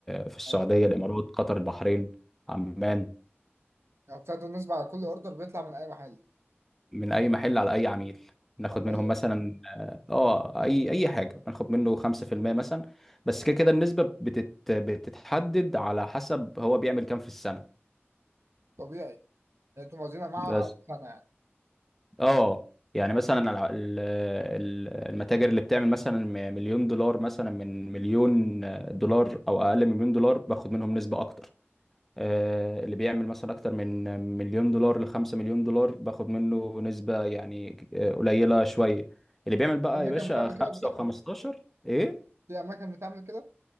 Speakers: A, in the centre; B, on the right.
A: في السعودية
B: ايوه
A: الامارات قطر البحرين عمان
B: يعني بتاخدوا النسبه على كل اوردر بيطلع من اي محل
A: من اي محل على اي عميل ناخد
B: على
A: منهم
B: اي
A: مثلا اه آه، اي اي حاجه بناخد منه 5% مثلا بس كده كده النسبه بتت... بتتحدد على حسب هو بيعمل كام في السنه
B: طبيعي يعني انتوا موازينها مع
A: بس
B: سنه يعني
A: اه يعني مثلا الع- ال- ال- المتاجر اللي بتعمل مثلا م- مليون دولار مثلا من مليون دولار او اقل من مليون دولار باخد منهم نسبه اكتر آه، اللي بيعمل مثلا اكتر من مليون دولار لخمسة مليون دولار باخد منه نسبة يعني آه، قليلة شوية اللي بيعمل بقى
B: في اماكن
A: يا باشا
B: بتعمل
A: خمسة
B: كده بجد
A: وخمستاشر ايه
B: في اماكن بتعمل كده